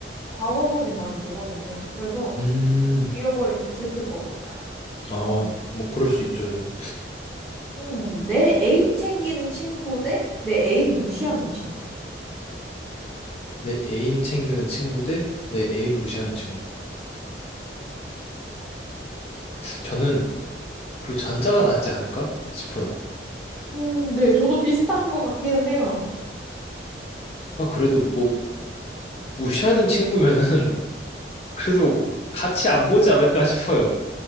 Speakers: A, in the centre; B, on the left.
A: 과거 사진 많이 보거든요. 그래서
B: 음,
A: 잃어버리면 좀 슬플 것 같아요.
B: 아, 네. 뭐, 그럴 수 있죠. 전.
A: 음, 내 애인 챙기는 친구 대 내 애인 무시하는 친구.
B: 내 애인 챙기는 친구 대내 애인 무시하는 친구. 저는, 그리고 전자가 낫지 않을까 싶어요.
A: 음, 네, 저도 비슷한 것 같기는 해요.
B: 아, 그래도 뭐, 무시하는 친구면은, <laughs> 그래도 같이 안 보지 않을까 싶어요.